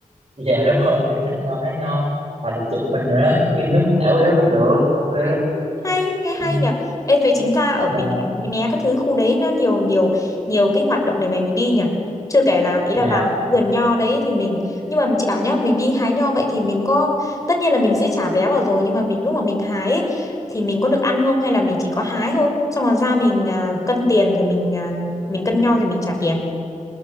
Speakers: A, on the right (about 40°); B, on the left (about 25°).
A: dạ đúng rồi đi cắt nho hái nho hoặc là chụp hình nữa đó check in đúng hảo đó cũng được ok
B: Ừ, hay nghe hay
A: Ừ,
B: nhỉ Ê, vậy chính ra ở
A: dạ
B: Bình Thạnh Mũi Né các thứ khu đấy nó nhiều nhiều nhiều cái hoạt động để mà mình đi nhỉ chưa kể là ý là
A: dạ
B: vào cái vườn nho đấy thì mình nhưng mà chị bảo nhá mình đi hái nho vậy thì mình có tất nhiên là mình sẽ trả vé vào rồi nhưng mà mình lúc mà mình hái ấy, thì mình có được ăn không hay là mình chỉ có hái thôi xong rồi ra mình à, cân tiền rồi mình à, mình cân nho rồi mình trả tiền